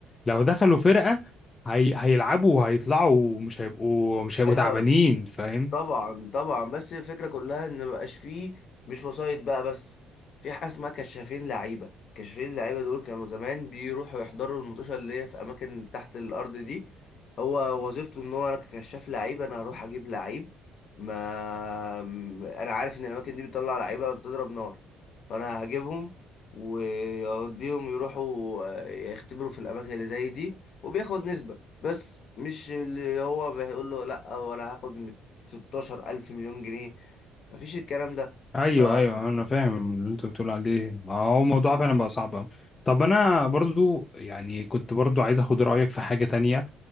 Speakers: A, on the left; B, on the left.
A: لو دخلوا فرقة هي... هيلعبوا وهيطلعوا ومش هيبقوا مش هيبقوا
B: ايوه
A: تعبانين فاهم
B: طبعا طبعا بس الفكره كلها ان مبقاش فيه مش وسايط بقى بس في حاجه اسمها كشافين لعيبه كشافين لعيبه دول كانوا زمان بيروحوا يحضروا المنتوشه اللي هي في اماكن تحت الارض دي هو وظيفته ان هو انا ككشاف لعيبه انا هروح اجيب لعيب ما م- انا عارف ان الاماكن دي بتطلع لعيبه بتضرب نار فانا هجيبهم واوديهم يروحوا آه، يختبروا في الاماكن اللي زي دي وبياخد نسبه بس مش اللي هو بيقول له لا وانا هاخد 16 ألف مليون جنيه مفيش الكلام ده
A: ايوه
B: ف-
A: ايوه انا فاهم اللي انت بتقول عليه ما هو الموضوع فعلا بقى صعب أوي. طب انا برضو يعني كنت برضو عايز اخد رايك في حاجه تانية